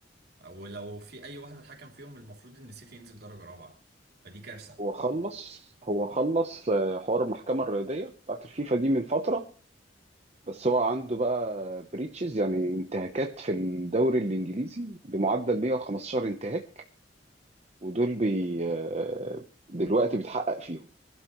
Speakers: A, on the right; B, on the right.
A: ولو في اي واحد اتحكم فيهم المفروض ان السيتي ينزل درجة رابعة فدي كارثة
B: هو خلص هو خلص آه، حوار المحكمة الرياضية بتاعت الفيفا دي من فترة بس هو عنده بقى بريتشز يعني انتهاكات في الدوري الانجليزي بمعدل 115 انتهاك ودول بي آه، دلوقتي بيتحقق فيهم